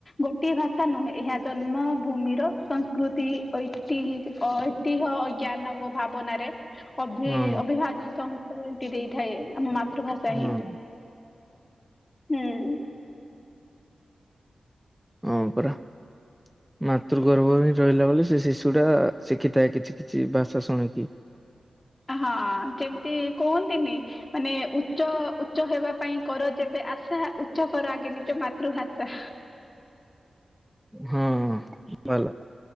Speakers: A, on the left; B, in the centre.
A: ଗୋଟିଏ ଭାଷା ନୁହେଁ ଏହା ଜନ୍ମ ଭୂ ମିର ସଂସ୍କୃତି ଐତିହି ଐତିହ୍ୟ ଅଜ୍ଞାନ ଓ ଭାବନାରେ ଅଭି
B: ହଁ
A: ଅଭିଭାଜନ ସଂ ସୃତି ଦେଇଥାଏ ଆମ ମାତୃଭାଷା
B: ହଁ।
A: ହିଁ । ହୁଁ ।
B: ହଁ ପରା । ମାତୃ ଗର୍ବ ହିଁ ରହିଲା ବୋଲି ସେ ଶିଶୁ ଟା ଶିଖିଥାଏ କିଛି କିଛି ଭାଷା ଶୁଣିକି ।
A: ହଁ ଯେମିତି କୁହନ୍ତିନି ମାନେ ଉଚ୍ଚ ଉଚ୍ଚ ହେବା ପାଇଁ କର ଯେବେ ଆଶା ଉଚ୍ଚକର ଆଗେ ନିଜ ମାତୃଭାଷା।
B: ହଁ ଭଲ